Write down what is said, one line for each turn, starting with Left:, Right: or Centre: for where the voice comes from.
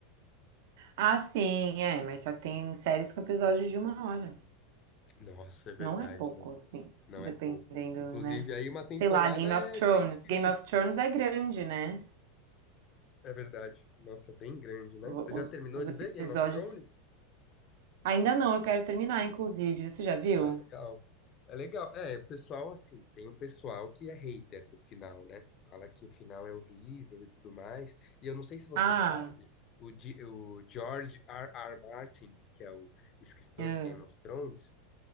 Right: Ah, sim, é, mas só que tem séries com episódios de uma hora.
Left: Nossa, é verdade,
Right: Não é pouco,
Left: né?
Right: assim,
Left: Não
Right: dependendo,
Left: é pouco. Inclusive,
Right: né?
Left: aí uma temporada
Right: Sei lá, Game
Left: é
Right: of Thrones.
Left: seis filmes.
Right: Game of Thrones é grande, né?
Left: É verdade. Nossa, é bem grande, né?
Right: O-
Left: Você já
Right: o-
Left: terminou
Right: os
Left: de
Right: episódios.
Left: ver Game of Thrones?
Right: Ainda não, eu quero terminar, inclusive. Você já viu?
Left: Ah, legal. É legal. É, o pessoal, assim, tem um pessoal que é hater do final, né? Fala que o final é horrível e tudo mais. E eu não sei se você
Right: Ah,
Left: sabe, o, G- o George R. R. Martin, que é o escritor
Right: é,
Left: de Game of Thrones,